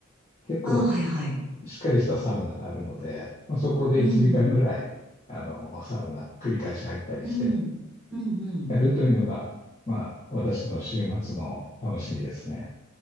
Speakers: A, on the left; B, in the centre.
A: 結構、
B: ああ、はいはい。
A: しっかりしたサウナがあるので、まあそこで1時間ぐらい、
B: うん、
A: あの、サウナ、繰り返し入ったりして、
B: うん、うん、うん、
A: やるというのが、まあ、私の週末の楽しみですね。